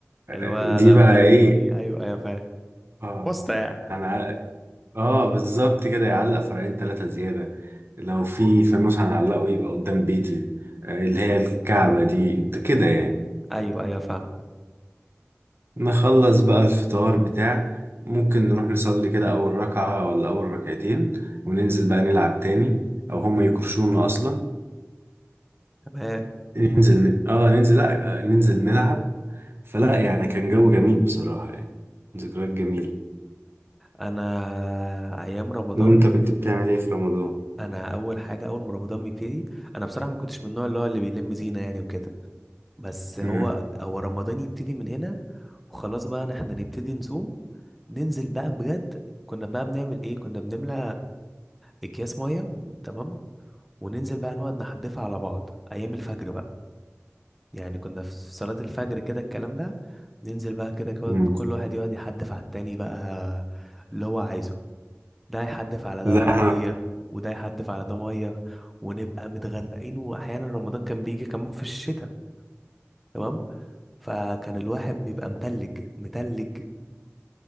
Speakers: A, on the right; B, in the centre.
A: آه،
B: الواد
A: دي
B: ده
A: بقى
B: قدام
A: إيه؟
B: بيتي أيوه أيوه فاهم
A: آه
B: واسطة يعني
A: أنا اه بالظبط كده يعلق فرعين ثلاثة زيادة لو في فانوس هنعلقه يبقى قدام بيتي آه، اللي هي الكعبة دي ده كده يعني
B: أيوه أيوه فاهمة
A: نخلص بقى الفطار بتاع ممكن نروح نصلي كده أول ركعة ولا أول ركعتين وننزل بقى نلعب تاني أو هما يكرشونا أصلا
B: تمام
A: ننزل اه ننزل لا آه، ننزل نلعب فلا يعني كان جو جميل بصراحة يعني ذكريات جميلة
B: أنا أيام رمضان
A: وأنت كنت بتعمل إيه في رمضان؟
B: أنا أول حاجة أول ما رمضان بيبتدي أنا بصراحة ما كنتش من النوع اللي هو اللي بيلم زينة يعني وكده بس هو
A: امم
B: هو رمضان يبتدي من هنا وخلاص بقى إن إحنا نبتدي نصوم ننزل بقى بجد كنا بقى بنعمل ايه كنا بنملى اكياس ميه تمام وننزل بقى نقعد نحدفها على بعض ايام الفجر بقى يعني كنا في صلاة الفجر كده الكلام ده ننزل بقى كده كو-
A: امم
B: كل واحد يقعد يحدف على التاني بقى اللي هو عايزه ده يحدف على ده
A: لا
B: بقى ميه وده يحدف على ده ميه ونبقى متغرقين واحيانا رمضان كان بيجي كمان في الشتاء تمام فكان الواحد بيبقى متلج متلج